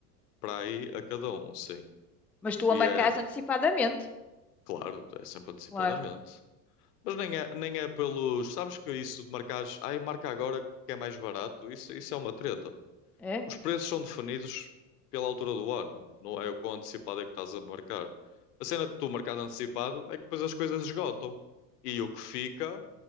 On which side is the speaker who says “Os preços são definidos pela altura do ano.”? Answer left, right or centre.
Left